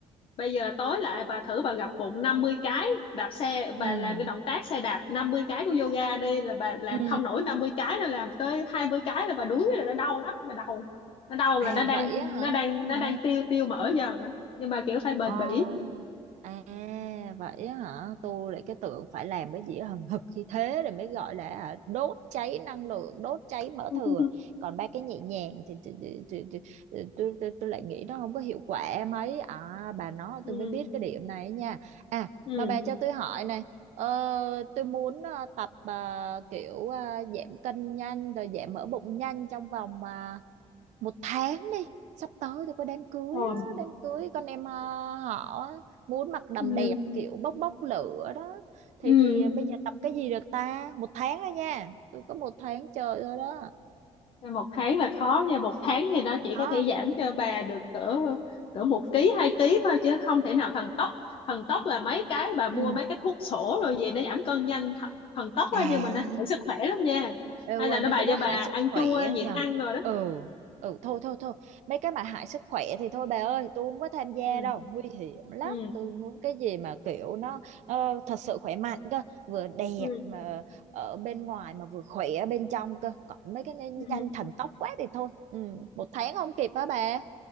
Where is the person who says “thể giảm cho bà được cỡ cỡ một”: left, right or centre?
Left